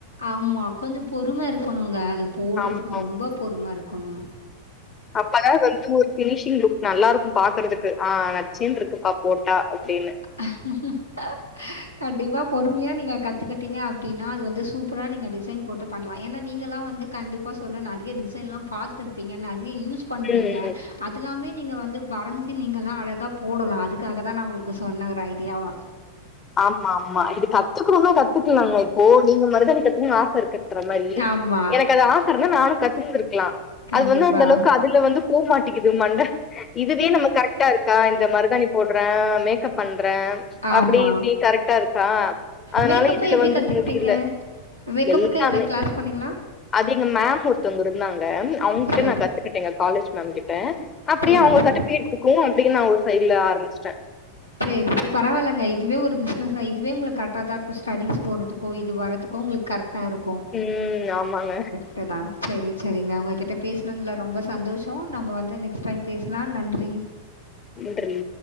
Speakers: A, on the left (about 85°); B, on the left (about 25°).
A: ஆமா கொஞ்சோ பொறும இருக்கணுங்க அத போடுறதுக்கு
B: ஆமா
A: ரொம்ப பொறும இருக்கணுங்க
B: அப்பனா வந்து ஒரு கி ஃபினிஷிங் லுக் நல்லாிருக்கு பாக்கறதுக்கு ஆ நச்சின்னு இருக்கு பா போட்டா அப்படின்னு
A: ஆக கண்டிப்பா பொறுமையா நீங்க கத்துக்கிட்டீங்க அப்டினா அது வந்து சூப் சூப்பரா நீங்க டிசைன் போட்டு பண்ணலா ஏன்னா நீக்கலா வந்து கண்டிப்பா சொல்ல நெறைய டிசைன்ல்லா பார்த்திருப்பீங்க நிறைய யூஸ்ப் யூஸ் பண்றீங்க
B: ம்
A: அதெல்லாமே நீங்க வந்து வரைஞ்சி நீங்க எல்லா அழகா போடலா அதுக்காகதா நா உங்களுகு சொ சொன்ன ஒரு ஐடியாவா
B: ஆமா ஆமா இது கத்துக்கணுனா கத்துக்கலாங்க இப்போ நீங்க மருதாணி கத்துகணுனு ஆச இருக்குன்ற மாரி
A: ஆமா.
B: எனக்கு அது ஆச இருந்த நானு கத்துந்துருக்கலா
A: கண்டிப்பா.
B: அது வந்து அந்த அளவுக்கு அதுல வந்து போ மாட்டக்குது மண்ட இதுவே நம்ம கரெக்டா இருக்கு கா இந்த மருதாணி போடுறே மேக்கப் பண்றே
A: ஆமா.
B: அப்டி இப்டி கரெக்டா இருக்கா அதனால
A: மேக்கப்பு
B: இதுல
A: எப்படி
B: வந்து
A: கத்துக்கிட்டீங்க?
B: முடியல
A: மேக்கப்புக்கு
B: எல்லாமே
A: எதாவது கிளாஸ் போனீங்களா?
B: அது இங்க மேம் ஒருத்தவங்க இருந்தாங்க அவங்க கிட்ட
A: சரி.
B: நா கத்துக்கிட்டே காலேஜ் மேம் கிட்ட அப்படியே
A: சரி,
B: அவங்க
A: சரி.
B: சர்ஃபீகேட் கொடுக்கவு அப்படின்னு நா ஒரு சைடுல ஆரம்பச்சிட்டே
A: சேரிப் பரவாயில்லங்க இதுவே ஒரு பிஸ்னஸ் அ இதுவே உங்களுக்கு கரெக்டா தா இருக்கும் ஸ்டடிஸ் போறதுக்கு இப்ப இது வரதுக்கு உங்களுக்கு கரெக்டா இருக்கு
B: ம் ஆமாங்க
A: <unintelligible> சேரி சேரிங்க உங்ககிட்ட பேசினதுல ரொம்ப சந்தோஷம் நம்ம வந்து நெக்ஸ்ட் டைம் பேசலா நன்றி
B: நன்றி